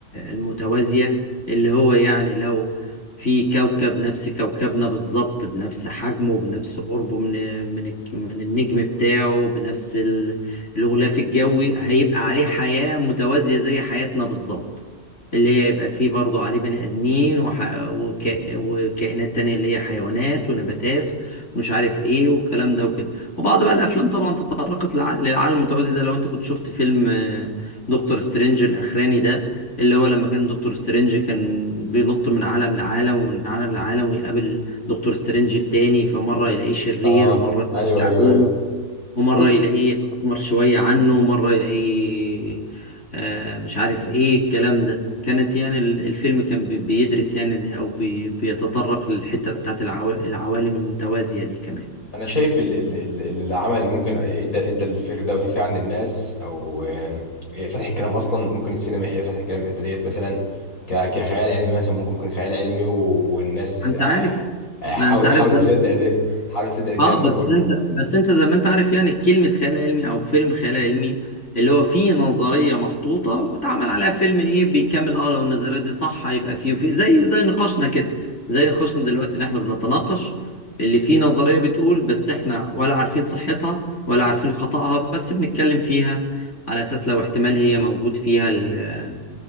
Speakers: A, on the left; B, on the left.
A: المتوازية اللي هو يعني لو في كوكب نفس كوكبنا بالظبط بنفس حجمه بنفس قربه من من الك- من النجم بتاعه بنفس ال- الغلاف الجوي هيبقى عليه حياة متوازية زي حياتنا بالظبط اللي هي يبقى فيه برضه عليه بني آدمين وح... وكا... وكائنات تانية اللي هي حيوانات ونباتات ومش عارف ايه والكلام ده وكده وبعض بقى الافلام طبعا تطرقت لع... للعالم المتوازي ده لو انت كنت شفت فيلم آه، دكتور سترينج الاخراني ده اللي هو لما كان دكتور سترينج كان بينط من عالم لعالم ومن عالم لعالم ويقابل دكتور سترينج التاني فمرة يلاقيه شرير
B: اه
A: ومرة يلاقيه
B: ايوه ايوه
A: عجوز
B: ايوه
A: ومرة
B: بص
A: يلاقيه أحمر شوية عنه ومرة يلاقيه آه مش عارف إيه الكلام ده كانت يعني ال- الفيلم كان بي- بيدرس يعني أو بي- بيتطرق للحتة بتاعت العوا- العوالم المتوازية دي كمان
B: انا شايف ال- ال- ال- ال- العمل اللي ممكن ادى ادى الفكر ده وتفكير عند الناس او آه، آه، فتح الكلام اصلا ممكن السينما هي اللي فتحت الكلام في الحته ديت مثلا ك- كخيال علمي مثلا ممكن يكون خيال علمي والناس
A: ما أنت
B: آه،
A: عارف
B: آه، حاول
A: ما أنت عارف
B: حاول تصدق ده حاول تصدق الكلام
A: اه بس
B: ده كله
A: انت بس انت زي ما انت عارف يعني كلمة خيال علمي او فيلم خيال علمي اللي هو فيه نظرية محطوطة واتعمل عليها فيلم ايه بيكمل اه لو النظرية دي صح هيبقى فيه وفيه زي زي نقاشنا كده زي نقاشنا دلوقتي اللي احنا بنتناقش اللي فيه نظرية بتقول بس احنا ولا عارفين صحتها ولا عارفين خطأها بس بنتكلم فيها على اساس لو احتمال هي موجود فيها ال